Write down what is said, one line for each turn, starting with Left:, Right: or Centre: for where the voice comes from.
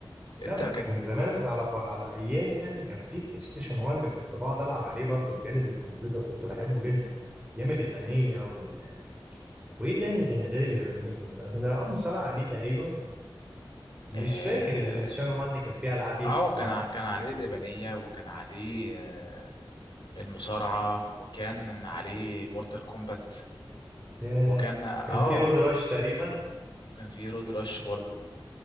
Left: انت
Right: لا بس
Left: كانت
Right: كان زمان على ف... على ايامي يعني كان في بلاي ستيشن 1 كنت بقعد العب عليه برضه بجانب الكمبيوتر كنت بحبه جدا ايام اليابانيه وال... وايه تاني كان غير اليابانيه كنا بنلعب كنا بنلعب مصارعه عليه تقريبا مش
Left: اه
Right: فاكر البلاي ستيشن 1 كان فيه العاب ايه
Left: آه،
Right: بصراحه
Left: كان ع-
Right: يعني
Left: كان عليه اليابانية وكان عليه آه، المصارعة وكان عليه مورتال كومبات
Right: ياه.
Left: وكان اه
Right: كان في رود راش تقريبا
Left: وكان فيه رود رش برضه